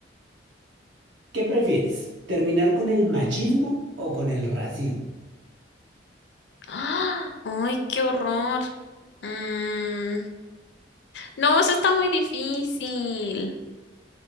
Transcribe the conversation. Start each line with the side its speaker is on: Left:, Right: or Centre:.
Right: ¿Qué prefieres? ¿Terminar con el machismo o con el racismo?
Left: ¡Ah! ¡Ay, qué horror! Mm, no, eso está muy difícil.